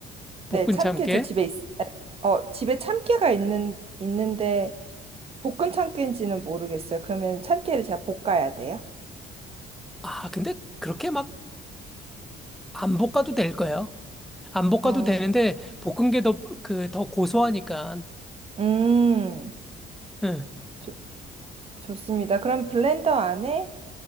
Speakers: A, in the centre; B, on the right.
A: 볶은
B: 네, 참깨
A: 참깨
B: 저 집에 있, 어, 집에 참깨가 있는, 있는데 볶은 참깨인지는 모르겠어요. 그러면 참깨를 제가 볶아야 돼요.
A: 아 근데 그렇게 막 안 볶아도 될 거예요 안 볶아도
B: 아,
A: 되는데 볶은 게 더 그 더 고소하니까
B: 음,
A: 응.
B: 좋 좋습니다. 그럼 블렌더 안에